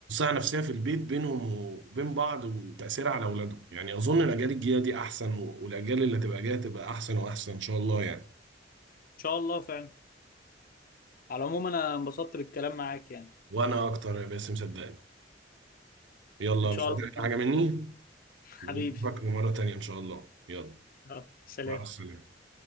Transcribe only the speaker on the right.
النفسية في البيت بينهم وبين بعض وتأثيرها على أولادهم يعني أظن الأجيال الجاية دي أحسن و- والأجيال اللي هتبقى جاية تبقى أحسن وأحسن إن شاء الله يعني
وأنا أكتر يا باسم صدقني يلا
مش هتعمل
حاجة مني نشوفك
مرة تانية إن شاء الله يلا
مع السلامة